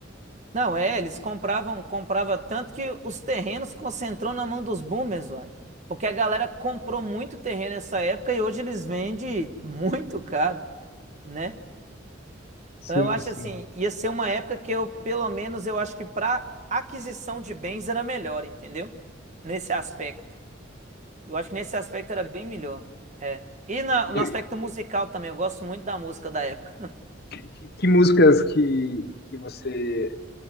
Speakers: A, on the right (about 35°); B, on the left (about 50°).
A: Não, é, eles compravam, comprava tanto que os terrenos concentrou na mão dos boomers, uai. Porque a galera comprou muito terreno nessa época e hoje eles vendem muito caro, né?
B: Sim,
A: Então eu acho
B: sim.
A: assim, ia ser uma época que eu, pelo menos, eu acho que para aquisição de bens era melhor, entendeu? Nesse aspecto. Eu acho que nesse aspecto era bem melhor. É. E na-
B: E,
A: no aspecto musical também, eu gosto muito da música da época.
B: que, que- que músicas que, que você